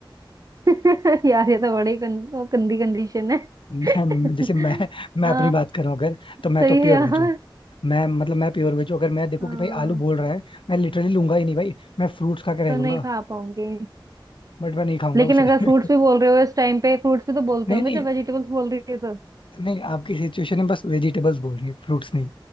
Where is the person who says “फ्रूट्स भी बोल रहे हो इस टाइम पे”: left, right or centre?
Right